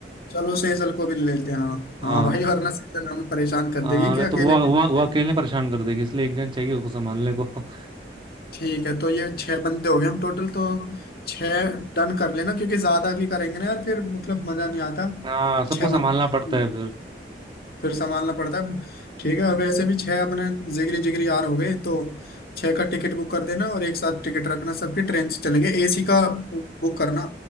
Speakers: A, on the left; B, on the right.
A: चलो सेजल को भी ले लेते हैं हाँ
B: हाँ
A: हाँ भाई वरना सेजल हमें परेशान कर
B: हाँ
A: देगी कि
B: नहीं तो
A: अकेले
B: वो
A: अकेले
B: वो
A: चलेगी
B: वो अकेले परेशान कर देगी इसलिए एक जन चाहिए उसको संभालने को <laughs>
A: ठीक है तो ये छह बंदे हो गए हम टोटल तो छह डन कर लेना क्योंकि ज्यादा भी करेंगे ना यार फिर मतलब मजा नहीं आता
B: हाँ सबको
A: छह
B: संभालना
A: बंदे
B: पड़ता है फिर
A: फिर संभालना पड़ता है ठीक है और वैसे भी छह अपने जिगरी जिगरी यार हो गए तो छह का टिकट बुक कर देना और एक साथ टिकट रखना सबकी ट्रेन से चलेंगे एसी का बुक करना